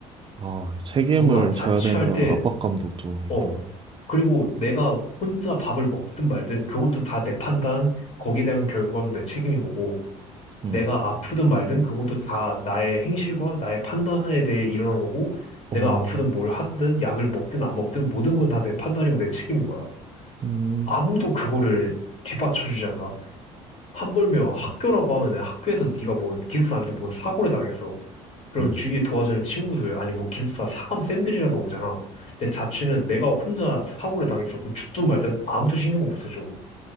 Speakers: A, on the right; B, on the left.
A: 아, 책임을
B: 뭔가 자취할
A: 져야 된다는
B: 때
A: 압박감도 좀 있구나.
B: 어. 그리고 내가 혼자 밥을 먹든 말든 그것도 다 내 판단, 거기에 대한 결과도 내 책임인 거고.
A: 응,
B: 내가 아프든 말든 그것도 다 나의 행실과 나의 판단에 대해 일어난 거고
A: 어,
B: 내가 아프든 뭘 하든 약을 먹든 안 먹든 모든 건 다 내 판단이고 내 책임인 거야.
A: 음,
B: 아무도 그거를 뒷받쳐 주지 않아. 하물며 학교라고 하면은 학교에서 네가 뭔 기숙사 안에서 뭔 사고를 당했어. 그럼
A: 음.
B: 주위에 도와주는 친구들 아니 뭐 기숙사 사감 쌤들이라도 오잖아. 내 자취는 내가 혼자 사고를 당했어. 그럼 죽든 말든 아무도 신경을 못 써줘.